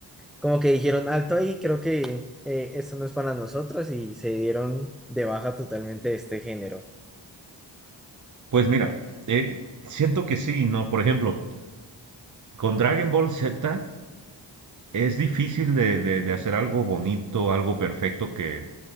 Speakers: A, in the centre; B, on the right.
A: como que dijeron alto ahí, creo que eh, esto no es para nosotros y se dieron de baja totalmente de este género.
B: Pues mira, eh, siento que sí, ¿no? Por ejemplo, con Dragon Ball Z es difícil de, de- de hacer algo bonito, algo perfecto que,